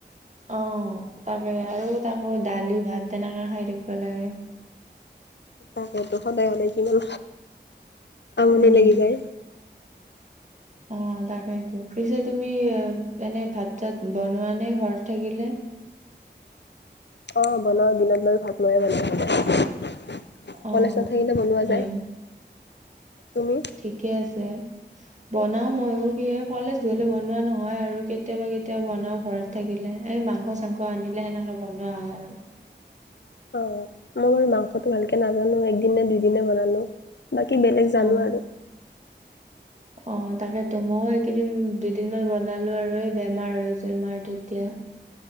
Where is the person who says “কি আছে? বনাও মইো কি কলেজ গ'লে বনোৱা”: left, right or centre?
Right